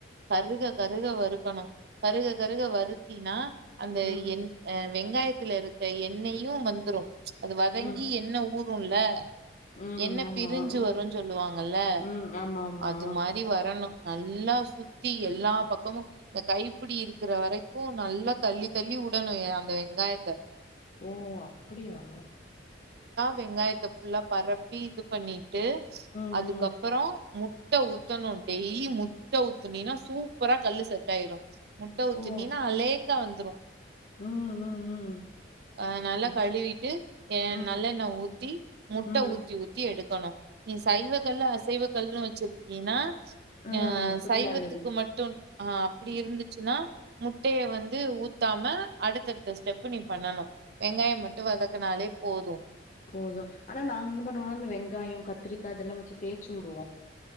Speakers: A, on the right; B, on the left.
A: கருக கருக வறுக்கணும் கருக கருக வருத்தீனா அந்த
B: ம்
A: என் அ வெங்காயத்துல இருக் அந்த எண்ணெயும் வந்துரு அது வதங்கி
B: ம்
A: எண்ணெ ஊத் ருன்ல
B: ம்
A: எண்ணெப்
B: ஆமா
A: பிரிஞ்சு
B: ம்
A: வருஞ் சொல்லுவாங்கல்ல
B: ம் ஆமா ஆமா
A: அது மாரி வரணு நல்லா சுத்தி எல்லா பக்கமும் இந்த கைப்புடி இருக்கிற வரைக்கும் நல்லா தள்ளி தள்ளி உடணு அந்த வெங்காயத்த
B: ஓ அப்படியா
A: வெங்காயத்தை புல்லா பரப்பி இது பண்ணி விட்டு
B: ம்
A: அதுக்கப்பறம்
B: ம்
A: முட்டை ஊத்தணும் டெய்லி முட்டை ஊத்துனீனா சூப்பரா கல்லு செட் ஆயிரும் முட்டவூத்து
B: ஓ
A: நீனா அதுலே கா வந்துரும்
B: ம் ம் ம்
A: அஹ் நல்லா
B: அப்
A: கழுவிட்டு ஹ
B: ம்
A: நல்லெண்ணெய் ஊத்தி முட்டை
B: ம்
A: ஊத்தி ஊத் எடுக்கணும் நீ சைவ கல்லு அசைவ கல்லுன்னு வச்சிருக்கீன்னா
B: ஆ
A: அஹ்
B: அப்டிலா
A: சைவத்துக்கு
B: இல்லடி
A: மட்டும் ஆஹ் அப்படி இருந்துச்சுன்னா முட்டைய வந்து ஊத்தாம அடுத்தடுத்த ஸ்டெப்பு நீ பண்ணணும் வெங்காயம் மட்டும் வதக்குனாலேப் போதும்
B: போதும் ஆனா நாங்க என்ன பண்ணுவோம்னா இந்த வெங்காயம் கத்திரிக்காய் இதெல்லாம் வச்சு தேய்சு வுடுவோம்